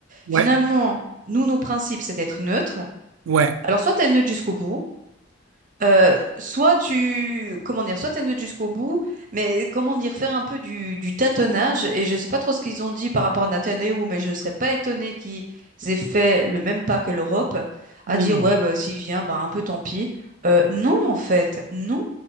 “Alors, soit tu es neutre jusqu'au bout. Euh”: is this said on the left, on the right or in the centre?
Right